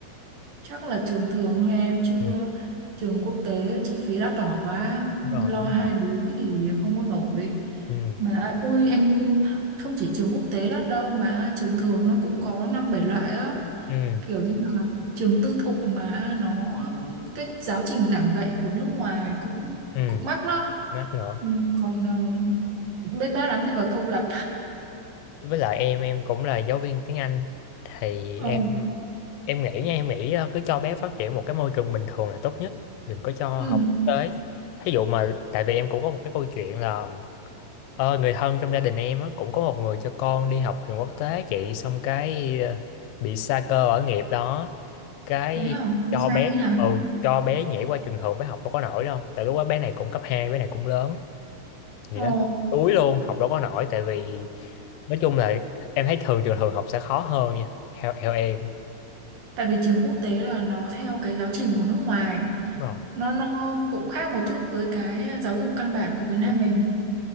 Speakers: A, on the right; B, on the left.
A: chắc là trường thường thôi em chứ
B: Ừ.
A: trường quốc tế chi phí đắt đỏ quá
B: đúng rồi
A: lo
B: đúng
A: hai
B: rồi
A: đứa thì không có nổi
B: ừ
A: mà ui em không chỉ trường quốc tế đắt đâu mà trường thường nó cũng có năm bảy loại á
B: ừ
A: kiểu như là trường tư thục mà nó um, cái giáo trình giảng dạy của nước ngoài cũng
B: ừ
A: cũng mắc đó
B: mát nữa
A: ừ, còn uh, bên ba lắm thì vào công lập
B: với lại em em cũng là giáo viên tiếng Anh thì
A: Ồ,
B: em em nghĩ nha em nghĩ ờ, cứ cho bé phát triển một cái môi trường bình thường là tốt nhất đừng có cho
A: ừ,
B: học quốc tế thí dụ mà tại vì em cũng có một cái câu chuyện là ờ, người thân trong gia đình em á, cũng có một người cho con đi học trường quốc tế chị xong cái ờ, bị sa cơ ở nghiệp đó cái
A: thế hả Đi
B: cho
A: sai
B: bé
A: như thế nào
B: ừ, cho bé nhảy qua trường thường bé học đâu có nổi đâu tại lúc đó bé này cũng cấp hai bé này cũng lớn gì
A: Ồ,
B: đó đuối luôn học đâu có nổi tại vì nói chung là em thấy thường trường thường học sẽ khó hơn nha theo theo em
A: tại vì trường quốc tế là nó theo cái giáo trình của nước ngoài
B: đúng rồi
A: nó nó cũng khác một chút với cái giáo dục căn bản của Việt Nam
B: đúng rồi.
A: mình